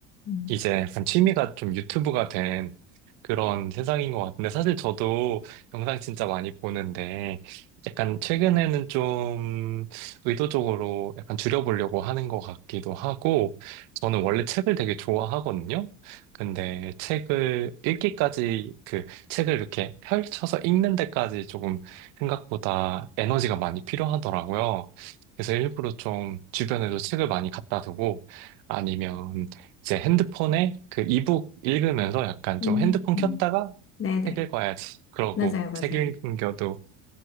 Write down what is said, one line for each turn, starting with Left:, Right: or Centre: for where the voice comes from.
Left: 음.
Right: 이제 약간 취미가 좀 유튜브가 된 그런 세상인 것 같은데, 사실 저도 영상 진짜 많이 보는데, 약간 최근에는 좀 의도적으로 약간 줄여보려고 하는 것 같기도 하고, 저는 원래 책을 되게 좋아하거든요? 근데 책을 읽기까지, 그 책을 이렇게 펼쳐서 읽는 데까지 조금 생각보다 에너지가 많이 필요하더라고요. 그래서 일부러 좀 주변에도 책을 많이 갖다 두고, 아니면 이제 핸드폰에 그 이북 읽으면서 약간
Left: 음.
Right: 좀 핸드폰 켰다가
Left: 음. 네네.
Right: 책 읽어야지. 그러고
Left: 맞아요, 맞아요.
Right: 책 읽는 경우도